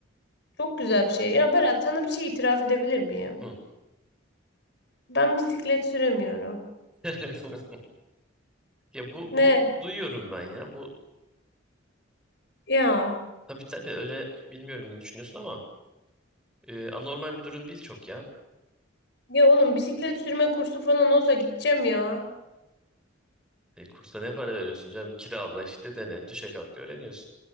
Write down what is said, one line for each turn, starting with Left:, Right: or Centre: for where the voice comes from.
Left: çok güzel bir şey. Ya Berat sana bir şey itiraf edebilir miyim?
Centre: Hı.
Left: Ben bisiklet süremiyorum.
Centre: <laughs> Ya bu
Left: Ne?
Centre: bunu duyuyorum ben ya. Bu
Left: Ya.
Centre: tabii tabii öyle bilmiyorum ne düşünüyorsun ama e, anormal bir durum değil çok ya.
Left: Ya oğlum bisiklet sürme kursu falan olsa gideceğim ya.
Centre: E, kursa ne para veriyorsun canım? Kirala işte dene. Düşe kalk öğreniyorsun.